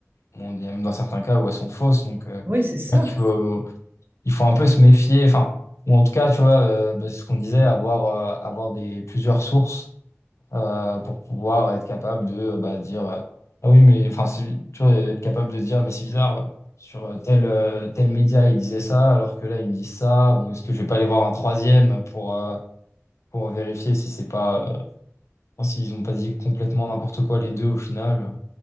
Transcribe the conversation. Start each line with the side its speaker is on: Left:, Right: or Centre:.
Left: bon, il y a même dans certains cas où elles sont fausses, donc, euh,
Right: Oui, c'est ça.
Left: j'espère qu'il faut il faut un peu se méfier, enfin, ou en tout cas, tu vois, euh, bah, c'est ce qu'on disait, avoir, euh, avoir des, plusieurs sources euh, pour pouvoir être capable de euh, bah, dire, euh, ah oui, mais enfin, c'est- tu vois, être capable de dire, mais c'est bizarre, euh, sur euh, tel, euh, tel média, ils disaient ça, alors que là, ils me disent ça, bon, est-ce que je vais pas aller voir un troisième pour, euh, pour vérifier si c'est pas, euh, enfin, s'ils ont pas dit complètement n'importe quoi les deux au final.